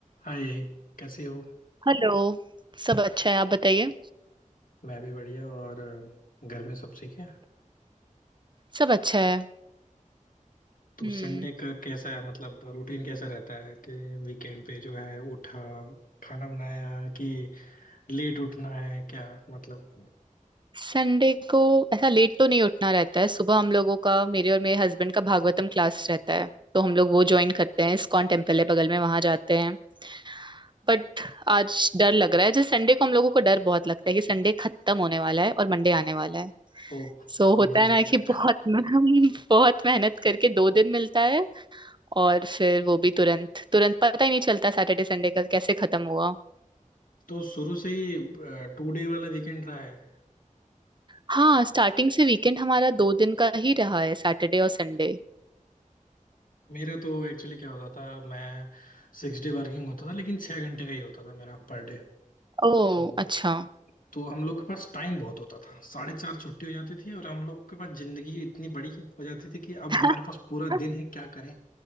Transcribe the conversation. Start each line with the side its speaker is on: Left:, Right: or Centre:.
Left: हाय कैसी हो
Right: Hello सब अच्छा है आप बताइए
Left: मैं भी बढ़िया और अ, घर में सब ठीक है
Right: सब अच्छा है
Left: तो
Right: हम्म
Left: संडे का कैसा है मतलब रूटीन कैसा रहता है कि वीकेंड पे जो है उठा खाना बनाया कि लेट उठना है क्या मतलब
Right: संडे को ऐसा लेट तो नहीं उठना रहता है सुबह हम लोगों का मेरे और मेरे हस्बैंड का भागवतम क्लास रहता है तो हम लोग वो ज्वाइन करते हैं इस्कॉन टेम्पल है बगल में वहां जाते हैं बट आज डर लग रहा है जैसे संडे को हम लोगों को डर बहुत लगता है कि संडे खत्म होने वाला है और मंडे आने वाला है
Left: ओ
Right: सो
Left: मुझे
Right: होता है
Left: लगा
Right: ना कि बहुत <laughs> बहुत मेहनत करके दो दिन मिलता है और फिर वो भी तुरंत तुरंत पता ही नहीं चलता सैटरडे संडे का कैसे खत्म हुआ
Left: तो शुरू से ही टू डे वाला वीकेंड रहा है
Right: हाँ स्टार्टिंग से वीकेंड हमारा दो दिन का ही रहा है सैटरडे और संडे
Left: मेरा तो एक्चुअली क्या होता था मैं सिक्स डे वर्किंग होता था लेकिन छः घंटे का ही होता था मेरा पर डे
Right: ओह
Left: तो
Right: अच्छा
Left: तो हम लोग के पास टाइम बहुत होता था साढ़े चार छुट्टी हो जाती थी और हम लोग के पास जिंदगी इतनी बड़ी हो जाती थी कि अब
Right: <laughs>
Left: हमारे पास पूरा दिन है क्या करें